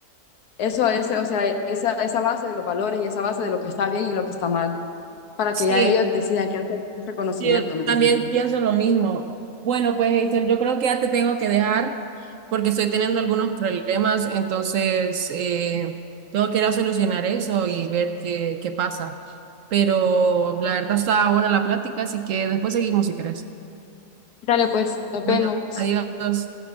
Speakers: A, on the left (about 75°); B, on the right (about 65°).
A: eso, ese, o sea, esa, esa base de los valores y esa base de lo que está bien y lo que está mal, para
B: Sí,
A: que ya ellos decidan qué hacer con ese conocimiento,
B: sí, yo
A: ¿me
B: también
A: entendés?
B: pienso lo mismo. Bueno, pues Hazel, yo creo que ya te tengo que dejar porque estoy teniendo algunos problemas, entonces eh, tengo que ir a solucionar eso y ver qué, qué pasa. Pero la verdad está buena la plática, así que después seguimos si querés.
A: Dale, pues, nos
B: Bueno,
A: vemos.
B: adiós.